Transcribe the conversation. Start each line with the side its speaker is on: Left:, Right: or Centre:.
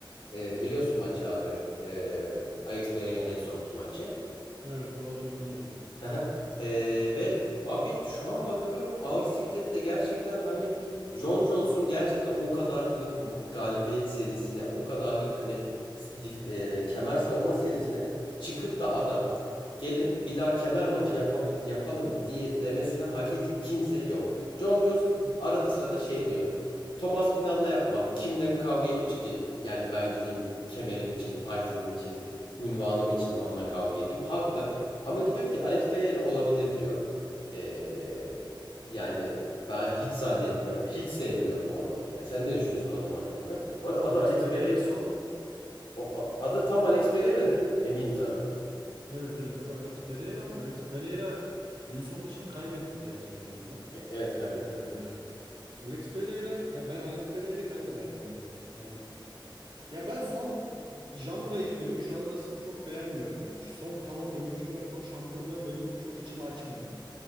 Left: Ee, biliyorsun maçı abi Ee, Alex Pereira'nın en sonki maçı.
Right: Evet, o adamı tanıyorum.
Left: Hı hı. Ee, ve abi şu an bakıyorum ağır siklette gerçekten hani Jon Jones'un gerçekten o kadarlık galibiyet serisine o kadarlık hani s- dif- e, kemer savunma serisine çıkıp da adam gelin bir daha kemer maçı yapabi- yapalım diye demesine hak edecek kimse yok. Jon Jones arada sırada şey diyor. Thomas Pinal'la yapmam. Kimle kavga etmiş ki? Yani ben gideyim kemerim için, title'ım için, ünvanım için onunla kavga edeyim. Haklı. Ama gidiyor ki Alex Pereira olabilir diyor. Ee, yani ben hiç zannetmiyorum. Hiç sevmiyorum o adamı yani. Sen ne düşünüyorsun o adam hakkında? Bu arada adı
Right: Alex
Left: Alex
Right: Pereira
Left: Pereira.
Right: son
Left: O a- adı tam Alex Pereira değil mi? Eminiz abi.
Right: Evet evet adı Alex Pereira ama Alex Pereira en son maçını kaybetti diye hatırlıyorum ben.
Left: E- Evet kaybetti
Right: Ee,
Left: abi.
Right: Alex Pereira ya ben Alex Pereira'yı ben de beğenmiyorum. Yani ya ben son janrayı dövüş janrasını çok beğenmiyorum. Yani şu son kalan dövüşçüler son şampiyonlar benim çok içimi açmıyor.